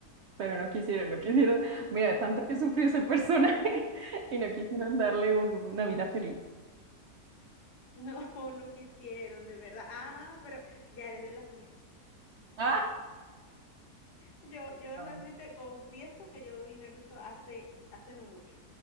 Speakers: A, on the right; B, on the left.
A: Pero no quisieron, no quisieron. Mira,
B: <laughs>
A: tanto que sufrió ese personaje <laughs> y no quisieron darle un- una vida feliz.
B: <laughs> No, no quisieron, de verdad. Ah, pero ya eres de las mías.
A: Ah,
B: Yo, yo
A: Ah,
B: realmente
A: bueno.
B: confieso que yo vi Naruto hace, hace no mucho,